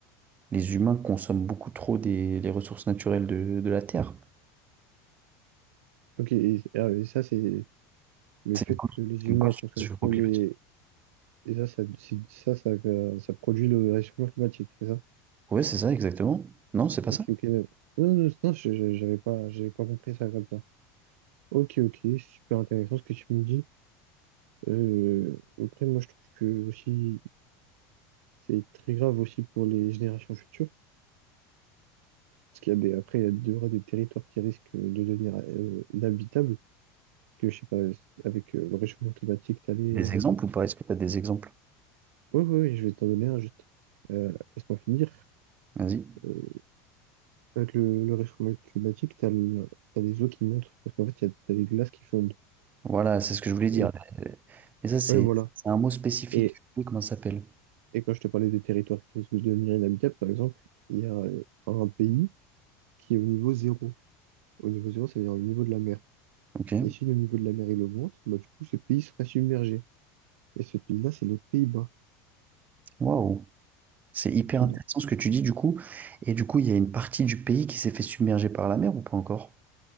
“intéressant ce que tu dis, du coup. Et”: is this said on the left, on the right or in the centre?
Right